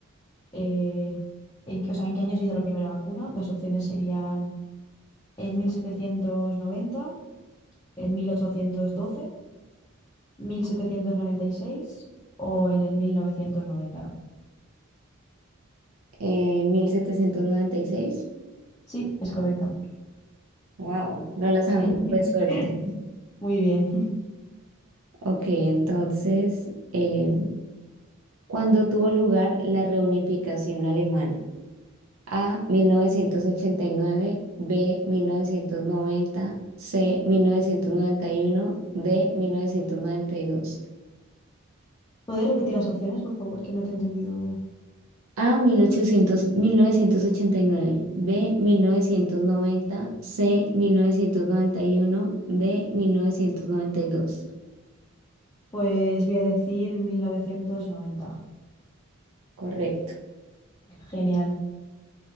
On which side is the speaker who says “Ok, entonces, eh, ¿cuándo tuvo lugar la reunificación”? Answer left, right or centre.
Right